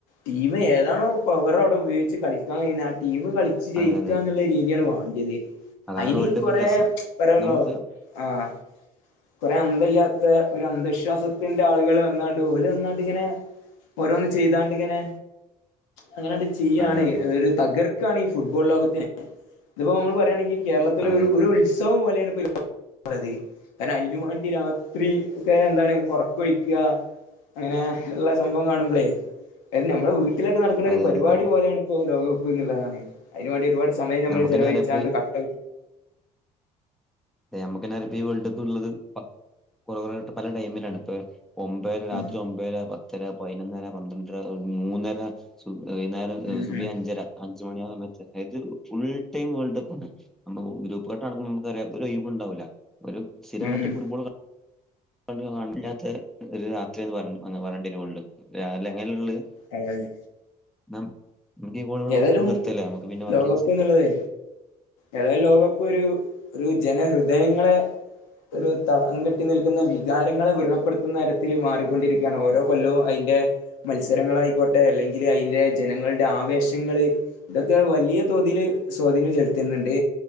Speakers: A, on the left (about 85°); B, in the centre.
A: ടീം ഏതാണോ പവർ അവർ അവിടെ ഉപയോഗച്ച് കളിക്ക- ആ ടീം കളിച്ച് ജയിക്കുക
B: അതെ അതെ
A: എന്നുള്ള രീതിയാണ് വേണ്ടിയത്
B: അതാണ്
A: അയിനി
B: വേൾഡ്
A: കൊറെ
B: കപ്പിന്റെ രസം
A: ഘടകങ്ങളോ
B: നമുക്ക്
A: ആഹ് കുറെ അന്തമില്ലാത്ത ഒരു അന്ധവിശ്വാസത്തിന്റെ ആളുകള് വന്നാണ്ട് ഓല് വന്നാണ്ട് ഇങ്ങനെ- ഓരോന്ന് ചെയ്താണ്ട് ഇങ്ങനെ അങ്ങനെയാണ്ട് ചെയ്യാണ്
B: അതെ അതെ
A: ഒരു തകർക്കാണ് ഈ ഫുട്ബോൾ ലോകത്തിനെ ഇതിപ്പോ നമ്മള് പറയുകയാണെങ്കിൽ- കേരളത്തിലെ
B: അതെ അതെ
A: ഒരു ഉത്സവം പോലെയാണ് ഇപ്പോ- അതെ കാരണം അതിന് വേണ്ടി രാത്രി ഒക്കെ എന്താണ് ഒറക്കഴിക്കുക അങ്ങനെ ഉള്ള സംഭവം കാണുമ്പോളേ അത് നമ്മുടെ വീട്ട- വീട്ടിലൊക്കെ നടക്കുന്ന
B: അതെ
A: ഒരു പരിപാടി
B: അതെ അതെ
A: പോലെയാണ് ഇപ്പോൾ ലോകപ്പ് എന്നുള്ളതാണ് അതിനവേ ണ്ടി ഒരുപാട് സമയം നമ്മള്
B: നമുക്ക്
A: ചെലവഴിച്ചാണ്ട്
B: തന്നെ അറിയാം ഇപ്പൊ
A: ആട്ട
B: അതെ നമുക്ക് തന്നെ അറബി വേൾഡ് കപ്പ് എന്ന് ഉള്ളത് കൊറേ കുറ <unintelligible> ട്ട് പല ടൈമിലാണ് ഇപ്പ ഒമ്പത് രാത്രി
A: ഉം
B: ഒമ്പര പത്തര പതിനൊന്നര പന്ത്രണ്ടര ഒരു മൂന്നര വൈകുന്നേരം-
A: ഉം
B: സുബി
A: ഉം
B: അഞ്ചര അഞ്ച് മണിയാസമയത്ത് അതായത് ഫുൾടൈം വേൾഡ് കപ്പാണ് നമ്മുടെ ഗ്രൂപ്പ്ലോട്ട് നടക്കുമ്പ നമുക്കറിയാം ഒര് ഒഴിവ് ഉണ്ടാവില്ല ഒരു സ്ഥിരമായിട്ട്
A: ഉം ഉം
B: ഫുട്ബോൾ- കല്ലാത്ത ഒരു രാത്രിന്ന് പറ പറവേണ്ടിവരും അങ്ങനെയുള്ള-
A: എങ്ങനെ
B: നമുക്ക് ഈ കോള് ഇവിടെ
A: ഏതായാലും
B: നിർത്തിയല്ലേ നമുക്ക് പിന്നെ ബാക്കി
A: ലോകകപ്പ്
B: പിന്നെ സാംസാരിക്കാം
A: എന്നുള്ളത് ഏതായാലും ലോകപ്പ് ഒരു ഒരു ജനഹൃദയങ്ങളെ- ഒരു തളം കെട്ടി നിൽക്കുന്ന വികാരങ്ങളെ വ്രണപ്പെടുത്തുന്ന തരത്തിൽ മാറിക്കൊണ്ടിരിക്കുകയാണ് ഓരോ കൊല്ലവും അതിന്റെ- മത്സരങ്ങളായിക്കോട്ടെ അല്ലെങ്കിൽ അതിന്റെ ജനങ്ങളുടെ ആവേശ- ങ്ങള് ഇതൊക്കെ വലിയ തോതില് സ്വാധീനം ചെലുത്തുന്നുണ്ട്